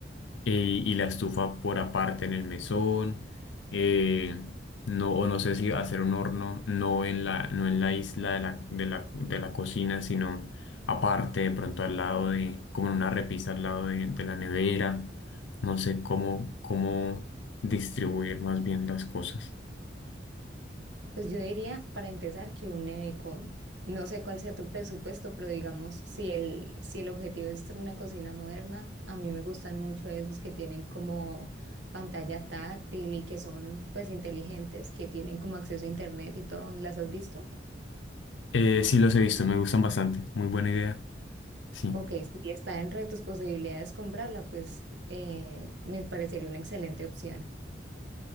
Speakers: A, on the left; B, on the right.
A: y, y la estufa por aparte en el mesón, eh, no, o no sé si hacer un horno, no en la, no en la isla de la, de la, de la cocina, sino aparte, de pronto al lado de, como en una repisa al lado de, de la nevera, no sé cómo, cómo distribuir más bien las cosas.
B: Pues yo diría, para empezar, que un nevecón. No sé cuál sea tu presupuesto, pero digamos, si el, si el objetivo es una cocina moderna, a mí me gustan mucho esos que tienen como pantalla táctil y que son pues inteligentes, que tienen como acceso a internet y todo. ¿Las has visto?
A: Eh, sí los he visto, me gustan bastante, muy buena idea, sí,
B: Ok, si está dentro de tus posibilidades comprarla, pues eh, me parecería una excelente opción.